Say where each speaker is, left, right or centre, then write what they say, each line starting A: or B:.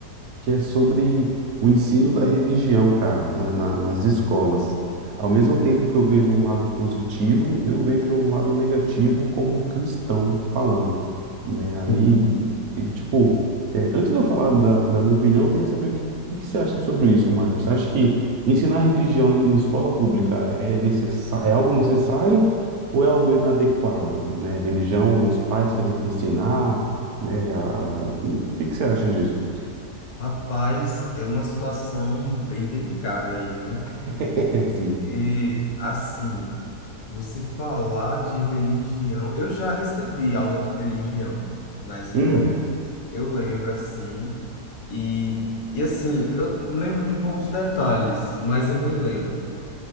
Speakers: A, on the right; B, on the left.
A: que é sobre o ensino da religião, cara, na- na- nas escolas. Ao mesmo tempo que eu vejo um lado positivo, eu vejo um lado negativo como cristão falando, né? Aí,
B: Sim.
A: e, tipo, é, antes de eu falar da, da minha opinião, eu queria saber o que, o que você acha sobre isso, Marcos. Você acha que ensinar religião em escola pública é necessa- é algo necessário ou é algo inadequado, né? Religião, os pais que têm que ensinar, né? A- a- o que que você acha disso?
B: Rapaz, é uma situação bem delicada aí, né?
A: <laughs> Sim.
B: E assim, você falar de religião, eu já recebi aula de religião na escola.
A: Hum,
B: Eu lembro assim, e, e assim, eu lembro de poucos detalhes, mas eu me lembro